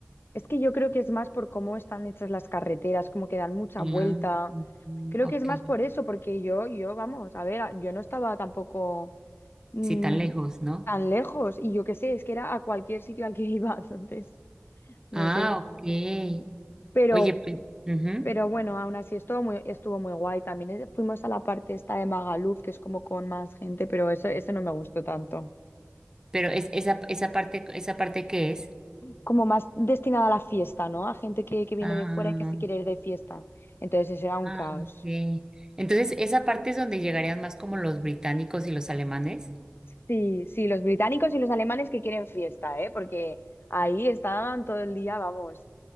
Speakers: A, on the left; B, on the right.
A: Es que yo creo que es más por cómo están hechas las carreteras, como que dan mucha
B: Ah,
A: vuelta.
B: mm,
A: Creo
B: ok.
A: que es más por eso, porque yo, yo, vamos, a ver, a- yo no estaba tampoco mm,
B: Sí, tan lejos, ¿no?
A: tan lejos y yo qué sé, es que era a cualquier sitio al que iba <laughs> entonces, no
B: Ah,
A: sé.
B: ok.
A: Pero,
B: Oye, pues, ujú.
A: pero bueno, aún así estuvo muy, estuvo muy guay. También eh, fuimos a la parte esta de Magaluf, que es como con más gente, pero eso, ese no me gustó tanto.
B: Pero es esa, esa parte, ¿esa parte qué es?
A: como más destinada a la fiesta, ¿no? A gente que, que viene
B: Ah,
A: de fuera y que se quiere ir de fiesta. Entonces eso era un
B: ah,
A: caos.
B: ok. Entonces, esa parte es donde llegarían más como los británicos y los alemanes.
A: Sí, sí, los británicos y los alemanes que quieren fiesta, ¿eh? Porque ahí estaban todo el día, vamos,